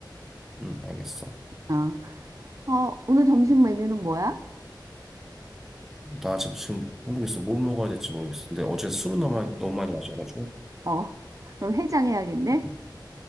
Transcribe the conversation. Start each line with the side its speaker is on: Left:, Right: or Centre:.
Centre: 응, 알겠어.
Right: 아, 어, 오늘 점심 메뉴는 뭐야?
Centre: 나 아직 지금 모르겠어. 뭘 먹어야 될지 모르겠어. 근데 어제 술을 너무 많이, 너무 많이 마셔가지고.
Right: 어, 그럼 해장해야겠네?
Centre: 음,